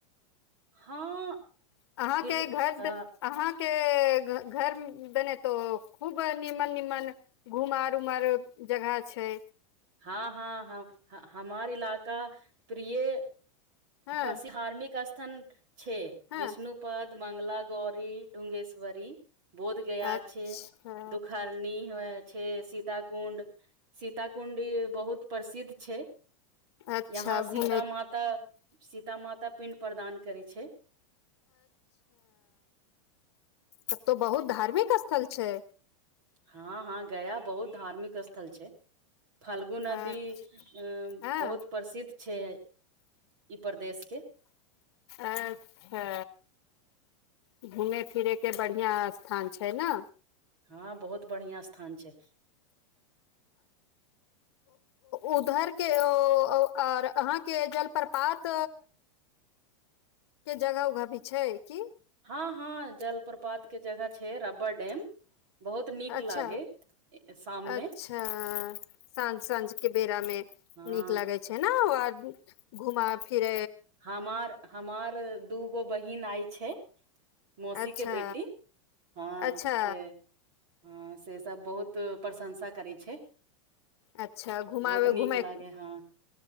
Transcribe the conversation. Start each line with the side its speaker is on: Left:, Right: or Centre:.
Right: हँ।
Left: अहाँके
Right: फिर
Left: घर
Right: अ
Left: अहाँ। के घर बने तो खूब निमन निमन घुमार उमार जगह। छै
Right: हँ हँ हा हमार इलाका प्रिय
Left: हँ
Right: पार्सिहार्मिक। थन। छओ
Left: हँ
Right: विष्णुपद मङंगला गौरी ढोंगेश्वरी। बोध गया
Left: अच्छा
Right: छै दुखर्नी हो। छै सीत कुण्ड। सीत कुण्डी बहुत प्रसिद्ध छै।
Left: अच्छा
Right: यहाँ
Left: घूमे
Right: सीता माता सीता माता पिंड। प्रदान करै छै।
Left: त तो बहुत धार्मिक स्थल छै।
Right: हँ हँ गया बहुत धार्मिक क स्थल छै फाल्गु नदी
Left: अच्छा
Right: अ
Left: हँ
Right: बहुत प्रसिद्ध। छै ई प्रदेश के।
Left: अच्छा। घूमे फिरैके बढ़िआँ स्थान छै ने।
Right: हँ बहुत बढ़िआँ स्थान छै
Left: उधरके आर अहाँके जलप्रपात। के जगह उगह भी छै की
Right: हँ हँ जलप्रपात के जगह छै रब्बर डैम। बहुत नीक
Left: अच्छा
Right: लागे शाम
Left: अच्छा
Right: मे
Left: साँझ साँझ के बेरा मे
Right: हँ
Left: नीक लागे छै ने ओ आ। घुमा फिर।
Right: हमार हमार दू गो बहिन आय छैय। मौसी
Left: अच्छा
Right: के बेटी हँ
Left: अच्छा
Right: से। हँ से सब बहुत। प्रशंसा करै छै
Left: अच्छा घुमाबे
Right: बहुत नीक
Left: घुमे
Right: लागे हँ